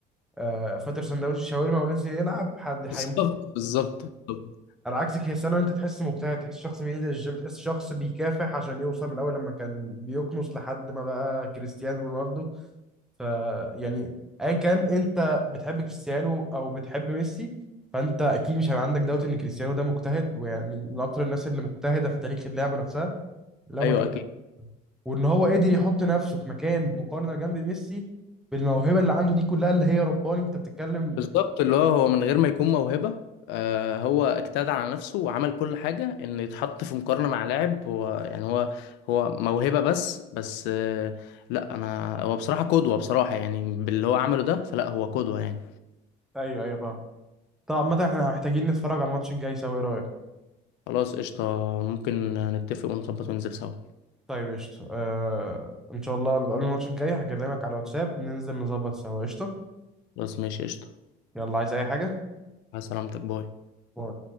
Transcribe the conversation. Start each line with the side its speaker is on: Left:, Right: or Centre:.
Centre: آه، فطر سندوتش الشاورما ونزل يلعب حد
Left: بالظبط
Centre: هيموت
Left: بالظبط بالظبط
Centre: على عكس كريستيانو انت تحس مجتهد تحس شخص بينزل الجيم تحس شخص بيكافح عشان يوصل من الاول لما كان بيكنس لحد ما بقى كريستيانو رونالدو ف يعني ايا كان انت بتحب كريستيانو او بتحب ميسي فانت اكيد مش هيبقى عندك دوت ان كريستيانو ده مجتهد ويعني من اكتر الناس اللي مجتهده في تاريخ اللعبه نفسها لو
Left: ايوه
Centre: ما كان
Left: اكيد
Centre: وان هو قدر يحط نفسه في مكان مقارنه جنب ميسي بالموهبه اللي عنده دي كلها اللي هي رباني انت بتتكلم
Left: بالظبط اللي هو هو من غير ما يكون موهبه آه هو اجتهد على نفسه وعمل كل حاجه ان يتحط في مقارنه مع لاعب هو يعني هو هو موهبه بس بس آه لا انا هو بصراحه قدوه بصراحه يعني باللي هو عمله ده فلا هو قدوه يعني
Centre: ايوه ايوه فاهم طبعا عامة احنا محتاجين نتفرج على الماتش الجاي سوا ايه رأيك؟
Left: خلاص قشطه ممكن نتفق ونظبط وننزل سوا
Centre: طيب قشطة آه ان شاء الله قبل الماتش الجاي هكلمك على الواتساب ننزل نظبط سوا قشطة
Left: خلاص ماشي قشطه
Centre: يلا عايز اي حاجة؟
Left: على سلامتك باي
Centre: باي.